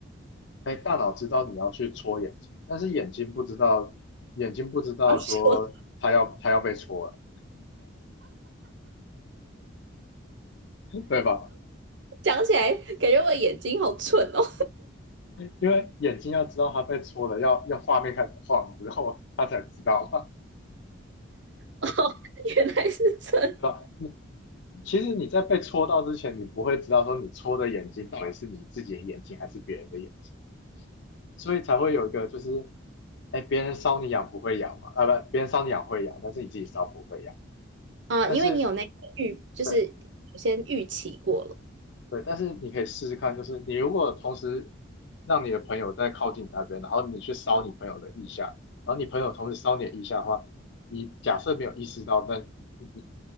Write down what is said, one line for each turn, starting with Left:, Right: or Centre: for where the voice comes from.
Left: 哎，大脑知道你要去戳眼睛，但是眼睛不知道眼睛不知道说它要它要被戳了，
Right: 啊，<laughs> 我
Left: 对吧？
Right: 讲起来感觉我眼睛好蠢哦，
Left: 因为眼睛要知道它被戳了，要要画面开始晃之后，它才知道嘛，
Right: <laughs> 原来是这样
Left: <laughs> 对吧？其实你在被戳到之前，你不会知道说你戳的眼睛到底是你自己的眼睛还是别人的眼睛，所以才会有一个就是，哎，别人搔你痒不会痒嘛，啊不，别人搔你痒会痒，但是你自己搔不会痒。
Right: 啊、
Left: 但是
Right: 因为你有那个预，就是先预期过了
Left: 对对，但是你可以试试看，就是你如果同时让你的朋友在靠近你那边，然后你去搔你朋友的腋下，然后你朋友同时搔你的腋下的话，你假设没有意识到那。你